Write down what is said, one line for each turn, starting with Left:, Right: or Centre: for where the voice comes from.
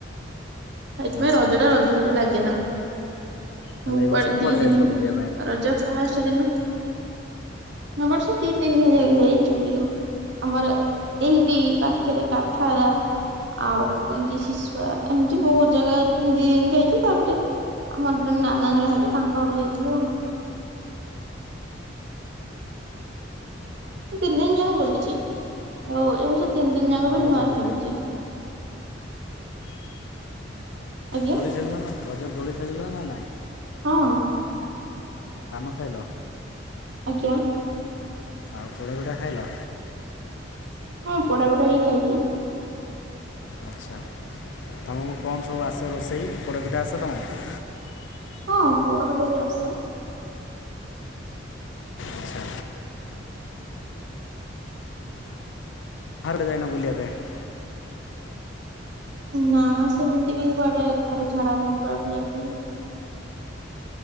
Right: ସେଥିପାଇଁ
Left: ଆଚ୍ଛା।
Right: ରଜ ଟା ର ଜ ଭଳି ଲାଗେନା।
Left: ତାହେଲେ
Right: ମୁଁ
Left: ଏଇ ବର୍ଷ
Right: କୁଆଡେ
Left: କୁଆଡ଼େ
Right: ଦି
Left: ଯାଇଥିଲ
Right: ଦିନି
Left: ବୁଲିବା ପାଇଁ?
Right: ରଜ ଫାଷ୍ଟ ଦିନ ବର୍ଷ ଦି ତିନି ଜାଗ ଏଇ ଚୁଲି ଆଉ ଆମର ଏଇଟି ପାଖେରେ କାଠର ଆଉ ଏମତି ଶିଶୁଆ ଏମିତି ବହୁତ ଜାଗା ଦି ଦିନି ଯାଇଛୁ ତାପରେ ଆମର ଜଣେ ନାନା ଜଣେ ହେବେ ତାଙ୍କ ଘରୁକୁ ଯାଇଥିଲୁ ଆଉ। ତିନି ଦିନି ଯାକ ବୁଲିଛି ଆଉ ଏ ବର୍ଷ ତିନି ଦିନି ଯାକ
Left: ଆଉ
Right: ବି
Left: ରଜ
Right: ନୂଆ
Left: ଦୋ
Right: ପିନ୍ଧିଛି।
Left: ନାହିଁ
Right: ଆଜ୍ଞା
Left: ଦୋଳି ଖେଳିଲ ନା ରଜ ଦୋଳି ଖେଳିଲ ନା ନାଇଁ?
Right: ହଁ ହଁ।
Left: ପାନ ଖାଇଲ?
Right: ଆଜ୍ଞା।
Left: ଆଉ ପୋଡପିଠା ଖାଇଲ?
Right: ହଁ ପୋଡପିଠା ବି ଖାଇଛି।
Left: ଆଚ୍ଛା। ତୁମକୁ କଣ ସବୁ ଆସେ ରୋଷେଇ ପୋଡ଼ ପିଠା ଆସେ ତମକୁ?
Right: ହଁ ପୋଡପିଠା ବି ଆସେ।
Left: ଆଚ୍ଛା। ବାହାରକୁ ଯାଇନ ବୁଲିବା ପାଇଁ?
Right: ନା ସେମିତି ବି କୁଆଡେ ଘରେ ଛାଡ଼ନ୍ତିନି କୁଆଡେ ବୁଲିବାକୁ ଯି